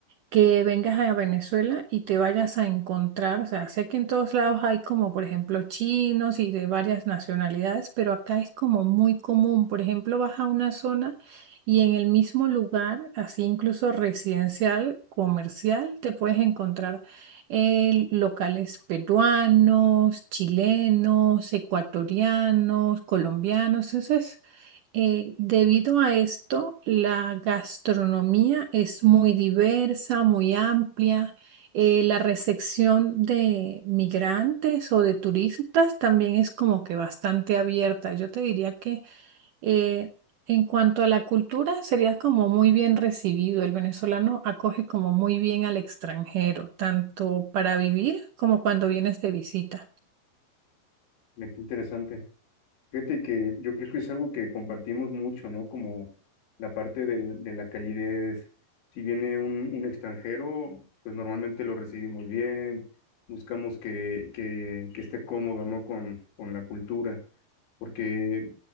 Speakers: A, on the right; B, on the left.
A: que vengas a Venezuela y te vayas a encontrar, o sea, sé que en todos lados hay como, por ejemplo, chinos y de varias nacionalidades, pero acá es como muy común. Por ejemplo, vas a una zona y en el mismo lugar, así incluso residencial, comercial, te puedes encontrar eh, locales peruanos, chilenos, ecuatorianos, colombianos. Entonces, eh, debido a esto, la gastronomía es muy diversa, muy amplia. Eh, la recepción de migrantes o de turistas también es como que bastante abierta. Yo te diría que eh, en cuanto a la cultura, sería como muy bien recibido. El venezolano acoge como muy bien al extranjero, tanto para vivir como cuando vienes de visita.
B: Me qué interesante. Fíjate que yo creo que es algo que compartimos mucho, ¿no? Como la parte del- de la calidez. Si viene un, un extranjero, pues normalmente lo recibimos bien, buscamos que, que, que esté cómodo, ¿no? Con, con la cultura, porque